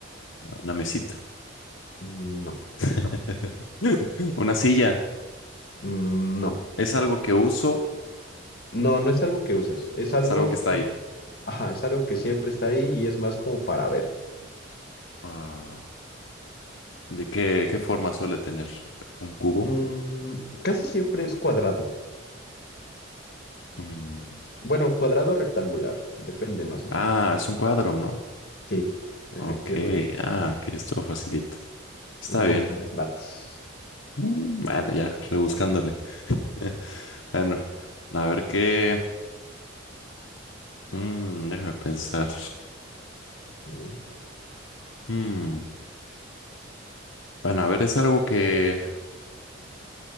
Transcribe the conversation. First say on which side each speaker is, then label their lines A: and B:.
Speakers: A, on the left; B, on the left.
A: una mesita,
B: No.
A: <laughs> una silla.
B: No.
A: Es algo que uso
B: No, no es algo que usas. Es algo
A: Es algo que está
B: que...
A: ahí.
B: Ajá, es algo que siempre está ahí y es más como para ver.
A: Ah, ¿de qué, qué forma suele tener? ¿Un cubo?
B: Mm, casi siempre es cuadrado.
A: Mm.
B: Bueno, cuadrado o rectangular. Depende más o
A: Ah,
B: menos.
A: es un cuadro, ¿no?
B: Sí, efectivamente.
A: Ok, ah, que esto facilita. Está
B: Un portarretratos.
A: bien. Mm, Bueno, ya, rebuscándole. <laughs> Bueno, a ver qué. Mm, déjame pensar.
B: Ujú.
A: Mm, Bueno, a ver, es algo que,